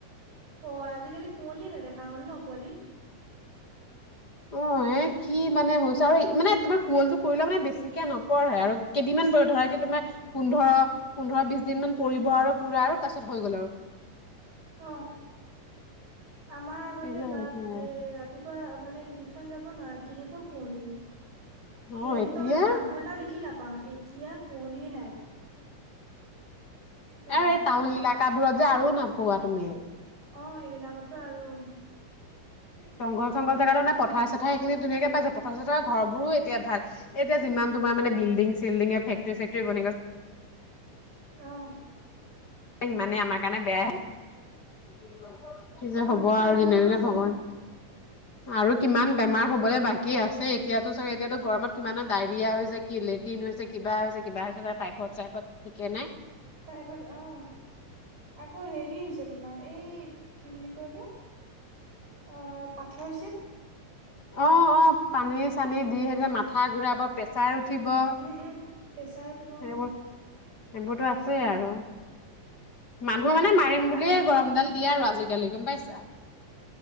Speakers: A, on the right; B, on the left.
A: অ'! আজিকালি কুঁৱলিয়ে, নেদেখা হ'ল ন' কুঁৱলি।
B: অ'! এ, কি মানে হৈছে! আৰু মানে, তোমাৰ কুঁৱলি টো পৰিলেও মানে, বেছিকে নপৰেই আৰু কেইদিনমান
A: বেছিকে
B: পৰি,
A: নপৰে
B: ধৰা এতিয়া তোমাৰ, পোন্ধৰ- পোন্ধৰ, বিশ দিন মান পৰিব আৰু পূৰা আৰু তাৰ পিছত, হৈ গ'ল আৰু।
A: অ'! আমাৰ আগতে
B: কি যে
A: বাপৰে!
B: হৈছে
A: ৰাতি পুৱা মানে, টিউচন যাব নোৱাৰোঁ, কেনেকুৱা কুঁৱলি!
B: অ
A: কুঁৱলিৰ
B: এতিয়া
A: পৰা মানে, মানুহ এটা দেখি নাপাওঁ। এতিয়া, কুঁৱলিয়ে নাই। তোমাৰ
B: এই, টাউন এলেকাাবোৰত যে আৰু নোপোৱা তুমি।
A: অ'! সেইবিলাকতো আৰু।
B: জংঘল-চংঘল জেগাটো মান, পথাৰ-চথাৰ এইখিনি ধুনীয়াকে পাই যায়! পথাৰ- চথাৰৰ ঘৰ বোৰো এতিয়া ভাল। এতিয়া যিমান তোমাৰ মানে, বিল্ডিং-চিল্ডিঙে, ফেক্টৰি-চেক্টৰি বনি গ
A: অ'!
B: এ, সিমানে আমাক সেইকাৰণে বেয়াই! কি যে
A: আমাৰ
B: হ'ব
A: কাৰণে
B: আৰু
A: বেয়া
B: দিনে-দিনে
A: হৈ গৈ আছে
B: ভগৱান
A: অ
B: আৰু কিমান বেমাৰ হ'বলৈ বাকী আছে, এতিয়াতো চাগে, এতিয়াতো গৰমত কিমান ডায়েৰিয়া হৈ যায়! কি লেটিন হৈছে, কিবা হৈছে, কিবা হৈছে, টাইফয়েড-চাইফয়েত ঠিকে নাই!
A: তায়েপাছ অঁ আকৌ হেৰি হৈছে। তোমাৰ এই কি বুলি কয় এইটো অঁ পাথৰ হৈছে।
B: অঁ অঁ পানী চানী দি সেযে মাথা ঘুৰাব পেষ্ট- চাৰ উঠিব সেইবোৰ
A: উম উম প্ৰেছাৰ উঠিব অ
B: সেইবোৰতো আছে আৰু। মানুহ মানে মাৰিম
A: আৰু
B: বুলিয়ে
A: পানীটো
B: গৰমডাল
A: কম
B: দিয়ে আৰু আজিকালি গম পাইছ।